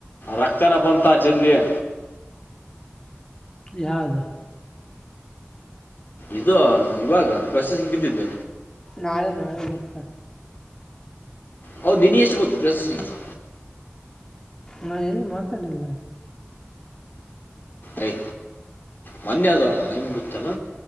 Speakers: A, on the left; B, on the left.
A: ರಕ್ತಾನಪ್ಪ ಅಂತ ಚಂದಿ <unintelligible>
B: ಯಾವದು
A: ಇರೋ ಇವಾಗ ಪ್ರೊಸೆಸಿಂಗ್ ಬಿದ್ದಿದ್ದ
B: ನಾಳೆ <unintelligible>
A: ಹೌದು ನೀನು ಎಷ್ಟು ಗೊತ್ತು ಪ್ರೊಸೆಸಿಂಗು
B: ನಾ ಎಲ್ಲಿ ಮಾತಾಡಿಲ್ಲ
A: ಯ ಮನ್ೆ ಅದ ನ ಹೆನ್ ಬಿತ್ತಾನ